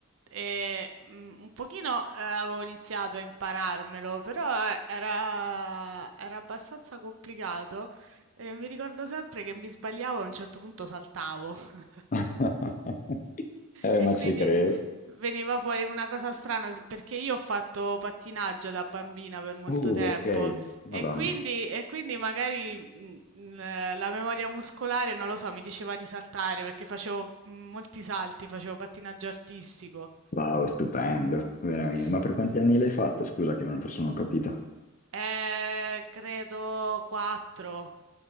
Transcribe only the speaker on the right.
E, mm, un pochino eh, avevo iniziato a impararmelo, però eh, era, era abbastanza complicato. E mi ricordo sempre che mi sbagliavo e a un certo punto saltavo. <laughs>
E
quindi
veniva fuori una cosa strana s- perché io ho fatto pattinaggio da bambina per molto
tempo
e quindi, e quindi magari mm, mm, eh, la memoria muscolare, non lo so, mi diceva di saltare perché facevo mm, molti salti, facevo pattinaggio artistico.
Sì.
Eh, credo 4.